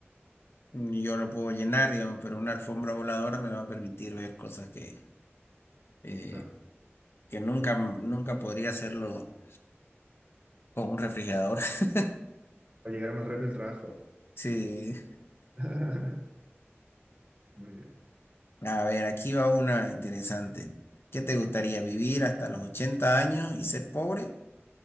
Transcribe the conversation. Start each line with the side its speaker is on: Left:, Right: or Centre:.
Left: yo lo puedo llenar, digamos, pero una alfombra voladora me va a permitir ver cosas que, eh,
Right: Claro.
Left: que nunca, nunca podría hacerlo con un refrigerador. <laughs>
Right: Para llegar más rápido al trabajo.
Left: Sí.
Right: <laughs> Muy bien.
Left: A ver, aquí va una interesante. ¿Qué te gustaría vivir hasta los 80 años y ser pobre?